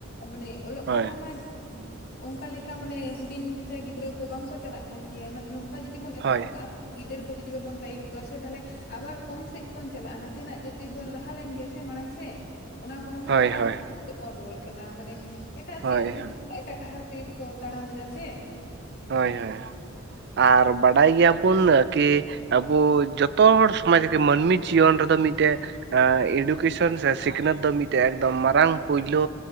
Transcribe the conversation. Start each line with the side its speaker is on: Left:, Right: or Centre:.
Left: ᱢᱟᱱᱮ, ᱚᱞᱚᱜ
Right: ᱦᱳᱭ
Left: ᱯᱟᱲᱦᱟᱣ ᱢᱟ, ᱤᱜᱤᱜ, ᱚᱱᱠᱟ ᱞᱮᱠᱟ ᱢᱟᱱᱮ, ᱦᱩᱰᱤᱧ ᱢᱟᱪᱷᱟ ᱜᱤᱫᱽᱨᱟᱹ ᱠᱚ ᱵᱟᱝ ᱠᱚ, ᱪᱟᱞᱟᱜ ᱠᱟᱱ ᱜᱮᱭᱟ, ᱢᱟᱱᱮ ᱱᱚᱝᱠᱟ ᱡᱩᱫᱤ ᱵᱚᱱ, ᱮᱛᱚᱦᱚᱵ
Right: ᱦᱳᱭ
Left: ᱠᱟᱜᱼᱟ, ᱜᱤᱫᱟᱹᱨ ᱠᱚ, ᱡᱩᱫᱤ ᱵᱟᱵᱚᱱ ᱜᱟᱭᱤᱰ ᱠᱚᱣᱟ, ᱥᱮ, ᱛᱟᱦᱚᱞᱮ ᱟᱵᱟᱨ ᱠᱚᱢ ᱥᱮᱫ, ᱵᱚᱱ ᱪᱟᱞᱟᱜᱼᱟ ᱾ ᱥᱮᱱᱟᱜ ᱡᱩᱫᱤ ᱵᱚᱱ, ᱞᱟᱦᱟ ᱞᱮᱱ ᱜᱮᱭᱟ ᱥᱮ, ᱢᱟᱲᱟᱝ ᱥᱮᱫ, ᱚᱱᱟ ᱠᱷᱚᱱ ᱦᱚᱸ,
Right: ᱦᱳᱭ
Left: ᱟᱵᱟᱨ
Right: ᱦᱳᱭ
Left: ᱥᱮᱫ ᱵᱚᱱ ᱨᱩᱣᱟᱹᱲ ᱠᱟᱱᱟ ᱾ ᱢᱟᱱᱮ ᱮᱴᱟᱜ
Right: ᱦᱳᱭ
Left: ᱥᱮᱫ, ᱮᱴᱟᱜ ᱰᱟᱦᱟᱨ ᱛᱮᱜᱮ ᱠᱚ, ᱛᱟᱲᱟᱢ ᱮᱫᱟ ᱥᱮ ᱾
Right: ᱦᱳᱭ ᱦᱳᱭ, ᱟᱨ ᱵᱟᱰᱟᱭ ᱜᱮᱭᱟ ᱵᱚᱱ, ᱠᱤ ᱟᱵᱚ, ᱡᱚᱛᱚ ᱦᱚᱲ ᱥᱚᱢᱟᱡᱽ ᱨᱮᱜᱮ, ᱢᱟᱹᱱᱢᱤ ᱡᱤᱭᱚᱱ ᱨᱮᱫᱚ, ᱢᱤᱫᱴᱮᱡ ᱮᱰᱩᱠᱮᱥᱚᱱ ᱥᱮ, ᱥᱤᱠᱷᱱᱟᱹᱛ ᱫᱚ, ᱢᱤᱫᱴᱮᱡ ᱮᱠᱫᱚᱢ, ᱢᱟᱨᱟᱝ ᱯᱳᱭᱞᱳ